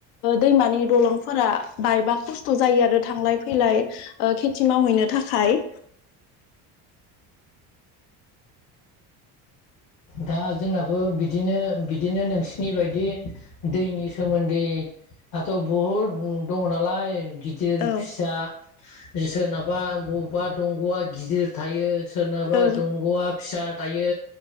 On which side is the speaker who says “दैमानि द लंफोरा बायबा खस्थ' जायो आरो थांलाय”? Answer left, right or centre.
Left